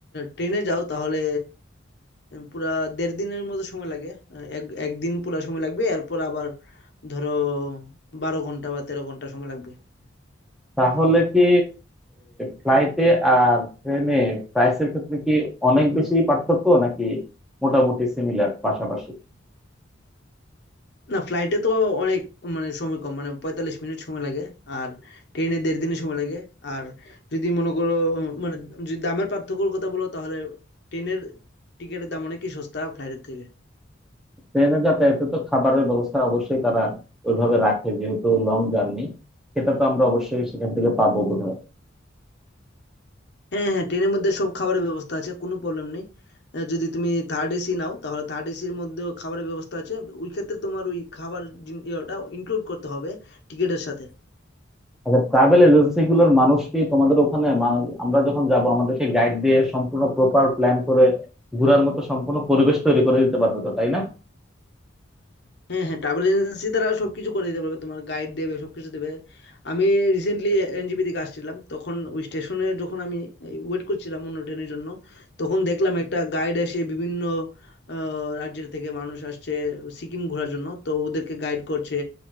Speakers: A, on the left; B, in the centre.
A: ট্রেনে যাও তাহলে উম, পুরা দেড় দিনের মতো সময় লাগে আহ, এক একদিন পুরা সময় লাগবে এরপর আবার ধরো বারো ঘন্টা বা তেরো ঘন্টা সময় লাগবে
B: তাহলে কি ফ্লাইটে আর ট্রেনে প্রাইসের ক্ষেত্রে কি অনেক বেশি পার্থক্য নাকি মোটামুটি সিমিলার পাশাপাশি
A: না ফ্লাইটে তো অনেক মানে সময় কম মানে পঁয়তাল্লিশ মিনিট সময় লাগে আর ট্রেনে দেড় দিনে সময় লাগে আর যদি মনে করো উম, মানে যদি দামের পার্থক্যর কথা বলো তাহলে ট্রেনের টিকিটের দাম অনেকই সস্তা ফ্লাইটের থেকে
B: ট্রেনে যাতায়াতে তো খাবারের ব্যবস্থা অবশ্যই তারা ওইভাবে রাখে যেহেতু লং জার্নি সেটা তো আমরা অবশ্যই সেখান থেকে পাবো বোধহয়
A: হ্যাঁ হ্যাঁ ট্রেনের মধ্যে সব খাবারের ব্যবস্থা আছে কোনো প্রবলেম নেই আহ, যদি তুমি থার্ড এসি নাও তাহলে থার্ড এসির মধ্যেও খাবারের ব্যবস্থা আছে ওই ক্ষেত্রে তোমার ওই খাবার জিন- ইয়েটা ইনক্লুড করতে হবে টিকিটের সাথে
B: আচ্ছা ট্রাভেল এজেন্সি গুলোর মানুষ কি তোমাদের ওখানে মানু- আমরা যখন যাব আমাদেরকে গাইড দিয়ে সম্পূর্ণ প্রপার প্ল্যান করে ঘোরার মতো সম্পূর্ণ পরিবেশ তৈরি করে দিতে পারবে তো তাই না
A: হ্যাঁ হ্যাঁ ট্রাভেল এজেন্সি তারা সবকিছু করে দিতে পারবে তোমার গাইড দেবে সবকিছু দেবে আমি রিসেন্টলি এনজিপি থেকে আসছিলাম তখন ওই স্টেশনে যখন আমি ওয়েট করছিলাম অন্য ট্রেনের জন্য তখন দেখলাম একটা গাইড এসে বিভিন্ন আহ, রাজ্যের থেকে মানুষ আসছে সিকিম ঘোরার জন্য তো ওদেরকে গাইড করছে